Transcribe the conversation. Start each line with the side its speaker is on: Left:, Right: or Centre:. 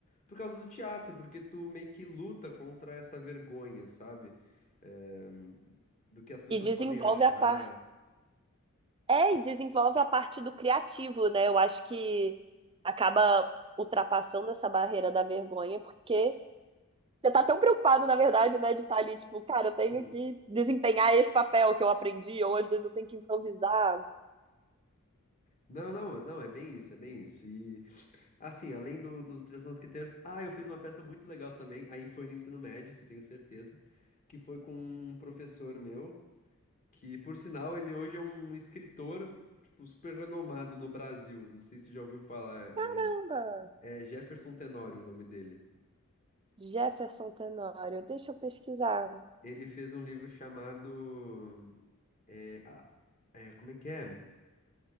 Left: por causa do teatro, porque tu meio que luta contra essa vergonha, sabe? Eh, do que as pessoas
Right: E desenvolve
Left: podem achar.
Right: a par... É, e desenvolve a parte do criativo, né? Eu acho que acaba ultrapassando essa barreira da vergonha, porque Você tá tão preocupado, na verdade, né, de estar ali, tipo, cara, eu tenho
Left: Sim.
Right: que desempenhar esse papel que eu aprendi, ou às vezes eu tenho que improvisar.
Left: Não, não, não, é bem isso, é bem isso. E, assim, além do- dos Três Mosqueteiros, ah, eu fiz uma peça muito legal também, aí foi no ensino médio, isso eu tenho certeza, que foi com um professor meu. Que, por sinal, ele hoje é um escritor, tipo, super renomado no Brasil. Não sei se você já ouviu falar.
Right: Caramba!
Left: É, é Jefferson Tenório o nome dele.
Right: Jefferson Tenório, deixa eu pesquisar.
Left: Ele fez um livro chamado. É, a- é, como é que é?